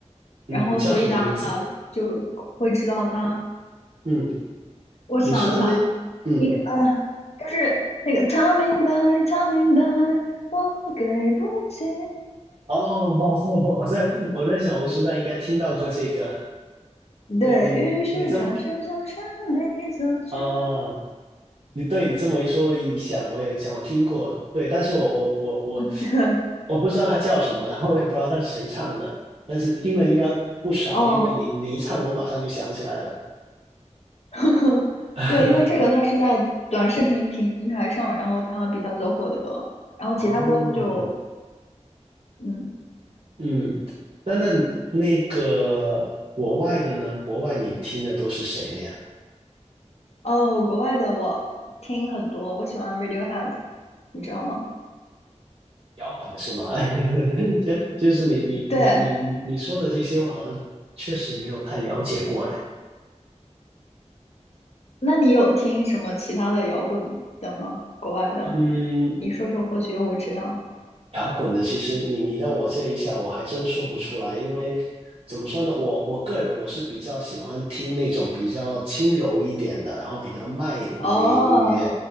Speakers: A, on the right; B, on the left.
A: 嗯，
B: 然后所以大家就会知道他。
A: 叫什么名字？嗯，
B: 我想一下，
A: 你说的那，嗯，
B: 你个呃，就是那个他明白，他明白，我给不起。
A: 哦，<laughs> 我在我在小红书上应该听到过这个。
B: 对，
A: 对你，
B: 于是转身向山里走去。
A: 你这么啊，你对你这么一说，我有印象，我有印象，我听过。对，但是我我我我
B: <laughs>
A: 我不知道他叫什么，然后我也不知道他是谁唱的，但是听了应该不少，
B: 哦，
A: 因为你你一唱，我马上就想起来了。
B: <laughs>
A: <laughs>
B: 对，因为这个它是在短视频平台上，然后它比较走火的歌，然后其他歌就
A: 哦，
B: 嗯
A: 嗯，那那那个国外的呢？国外你听的都是谁的呀？
B: 哦，国外的我听很多，我喜欢 Radiohead，你知道吗？
A: 摇滚的是吗？<laughs> 就就是你你你你你说的这些，
B: 对，
A: 我好像确实没有太了解过哎。
B: 那你有听什么其他的摇滚的吗？国外的，
A: 嗯，
B: 你说说，或许我知道。
A: 摇滚的，其实你你让我这一下，我还真说不出来，因为怎么说呢，我我个人我是比较喜欢听那种比较轻柔一点的，然后比较慢一点的那个音乐，
B: 哦，